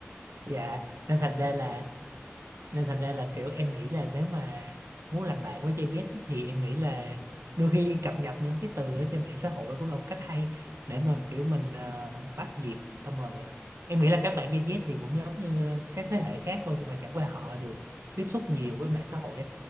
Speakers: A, on the left; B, on the right.
A: <laughs>
B: dạ nên thành
A: Ừ,
B: ra là nên thành ra là kiểu em nghĩ là nếu mà muốn làm bạn với Gen Z thì em nghĩ là đôi khi cập nhật những cái từ ở trên mạng xã hội cũng là một cách hay để
A: ừ,
B: mà kiểu mình ờ, bắt nhịp xong rồi ờ, em nghĩ là các bạn Gen Z thì cũng giống như các thế hệ khác thôi nhưng mà chẳng qua
A: ừ,
B: họ được tiếp xúc nhiều với mạng xã hội